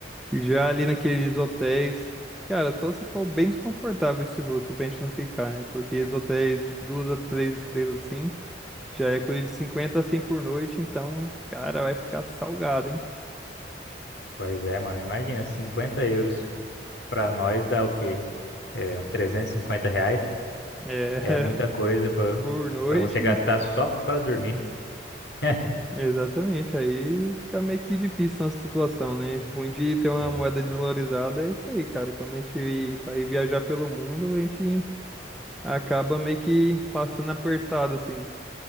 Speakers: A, in the centre; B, on the left.
A: E já ali naqueles hotéis, cara, só se for bem desconfortável esse rosto pra gente não ficar, né? Porque os hotéis de duas a três estrelas assim, já é coisa de 50 a 100 por noite, então, cara, vai ficar salgado, hein?
B: Pois é, mano, imagina, 50 euros pra nós dá o quê? É, uns 350 reais.
A: É,
B: É muita
A: <laughs>
B: coisa pra,
A: por noite.
B: pra você gastar só pra dormir. <laughs>
A: Exatamente, aí fica meio que difícil nossa situação, né? Ruim de ter uma
B: Sim,
A: moeda desvalorizada é isso aí, cara. Quando a gente vai viajar pelo mundo, a gente acaba meio que passando apertado, assim.